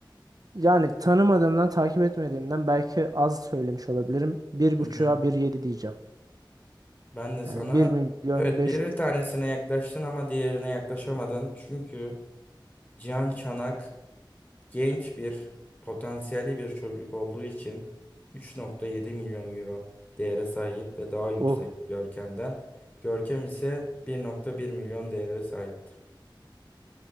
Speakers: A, on the right; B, on the left.
A: Yani tanımadığımdan, takip etmediğimden belki az söylemiş olabilirim. Bir
B: Hı
A: buçuğa
B: hı.
A: bir yedi diyeceğim.
B: Ben de sana
A: Yani bir milyon
B: evet bir tanesine yaklaştın ama diğerine yaklaşamadın. Çünkü Cihan Çanak genç bir potansiyelli bir çocuk olduğu için 3.7 milyon euro değere sahip ve daha yüksek
A: 500.
B: Görkem'den. Görkem ise 1.1 milyon değere sahip.